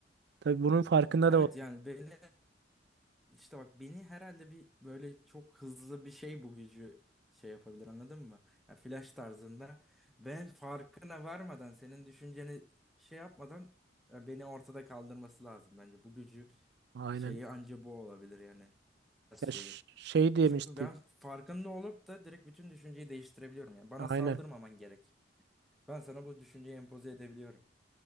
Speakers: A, on the right; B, in the centre.
A: Tabii bunun farkında
B: Evet
A: da ol.
B: yani benim İşte bak beni herhalde bir böyle çok hızlı bir şey bu gücü şey yapabilir anladın mı? Ya flash tarzında ben farkına varmadan senin düşünceni şey yapmadan ya beni ortada kaldırması lazım bence. Bu gücü
A: Aynen.
B: şeyi anca bu olabilir yani şeyi.
A: Ya ş- şey demiştik.
B: Ya çünkü ben farkında olup da direkt bütün düşünceyi değiştirebiliyorum yani. Bana
A: Aynen.
B: saldırmaman gerek. Ben sana bu düşünceyi empoze edebiliyorum.